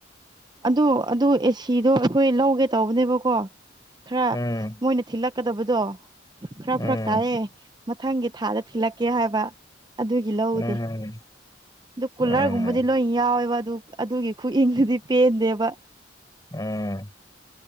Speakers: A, on the right; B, on the left.
A: ꯑ ꯑꯗꯨ ꯑꯦꯁꯤꯗꯣ ꯑꯩꯈꯣꯏ ꯂꯧꯒꯦ ꯇꯧꯕꯅꯦꯕꯀꯣ ꯈꯔ
B: ꯎꯝ
A: ꯃꯣꯏꯅ ꯊꯤꯜꯂꯛꯀꯗꯕꯗꯣ ꯈꯔ
B: ꯎꯝ
A: ꯐꯔꯛ ꯇꯥꯏꯑꯦ ꯃꯊꯪꯒꯤ ꯊꯥꯗ ꯊꯤꯜꯂꯛꯀꯦ ꯍꯥꯏꯕ ꯑꯗꯨꯒꯤ ꯂꯧꯗꯦ
B: ꯎꯝ
A: ꯑꯗꯨ ꯀꯨꯂꯔꯒꯨꯝꯕꯗꯤ
B: ꯎꯝ ꯎꯝ ꯎꯝ
A: ꯂꯣꯏ ꯌꯥꯎꯋꯦꯕ ꯑꯗꯨ ꯑꯗꯨꯒꯤ ꯈꯨꯏꯪꯗꯨꯗꯤ ꯄꯦꯟꯗꯦꯕ
B: ꯎꯝ